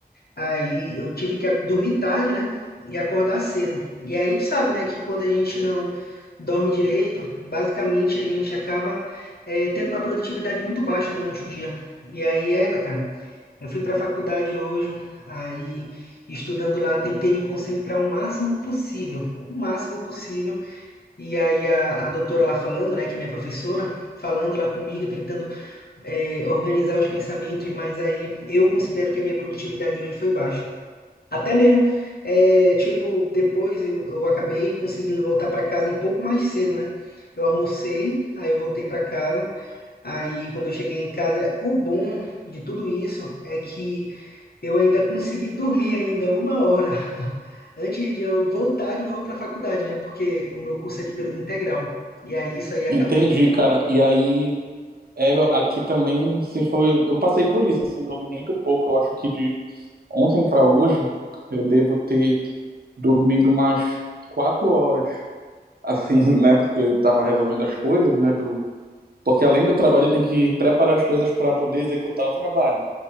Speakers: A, on the left; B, on the right.
A: Aí eu tive que dormir tarde, né? E acordar cedo. E aí tu sabe, né, que quando a gente não dorme direito, basicamente a gente acaba eh, tendo uma produtividade muito baixa durante o dia. E aí, égua, cara, eu fui pra faculdade hoje, aí estudando lá, tentei me concentrar o máximo possível, o máximo possível. E aí a, a doutora lá falando, né, que é minha professora, falando lá comigo, tentando eh, organizar os pensamentos, mas aí eu considero que a minha produtividade hoje foi baixa. Até mesmo, é, tipo, depois eu, eu acabei conseguindo voltar para casa um pouco mais cedo, né? Eu almocei, aí eu voltei para casa. Aí, quando eu cheguei em casa, o bom de tudo isso é que eu ainda consegui <laughs> dormir ainda uma hora <laughs> antes de eu voltar de novo para a faculdade, né? Porque o meu curso é de período integral. E aí isso aí acabou.
B: Entendi, cara. E aí. É, aqui também, assim, foi. Eu passei por isso, assim, dormi muito pouco. Eu acho que de ontem para hoje eu devo ter dormido umas quatro horas, assim, <laughs> né? Porque eu tava resolvendo as coisas, né? Do... Porque além do trabalho, eu tenho que preparar as coisas para poder executar o trabalho.